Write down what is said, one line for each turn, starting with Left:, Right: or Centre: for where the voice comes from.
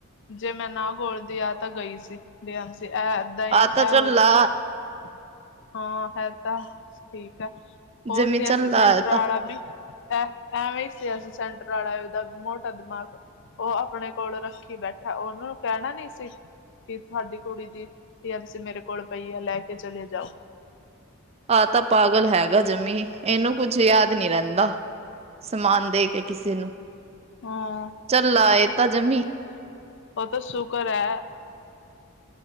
Left: ਜੇ ਮੈਂ ਨਾ ਘੋਲਦੀ ਆ ਤਾਂ ਗਈ ਸੀ ਡੀਐਮ ਸੀ ਇਹ ਏਦਾਂ ਹੀ
Right: ਆਹ
Left: ਇਹੋ
Right: ਤਾਂ ਝੱਲਾ
Left: ਜਿ ਹਾਂ ਹੈ ਤਾਂ ਠੀਕ ਹੈ। ਹੋਰ
Right: ਜਿਮੀ
Left: ਸਿਆਸੀ
Right: ਝੱਲਾ
Left: ਸੈਂਟਰ
Right: ਐ
Left: ਵਾਲਾ
Right: ਤਾਂ,
Left: ਵੀ ਇਹ ਐਵੇਂ ਹੀ ਸੀਿਆਸੀ ਸੈਂਟਰ ਵਾਲਾ ਉਹਦਾ ਮੋਟਾ ਦਿਮਾਗ ਉਹ ਆਪਣੇ ਕੋਲ ਰੱਖ ਕੀ ਬੈਠਾ ਉਹਨਨਾਂ ਨੂੰ ਕਹਿਣਾ ਨੀ ਸੀ। ਕਿ ਤੁਹਾਡੀ ਕੁੜੀ ਦੀ ਐਮ ਸੀ ਮੇਰੇ ਕੋਲ ਪਈ ਹੈ ਲੈ ਕੇ ਚਲੇ ਜਾਓ।
Right: ਆਹ ਤਾਂ ਪਾਗਲ ਹੈਗਾ ਜਮੀ ਇਹਨੂੰ ਕੁੱਝ ਯਾਦ ਨਹੀਂੀ ਰਹਿੰਦਾ ਸਮਾਨ ਦੇ ਕੇ ਕਿਸੇ ਨੂੰ।
Left: ਹਾਂ
Right: ਝੱਲਾ ਇਹ ਤਾਂ ਜਮੀ।
Left: ਉਹ ਤ ਸ਼ੂਕਰ ਹੈ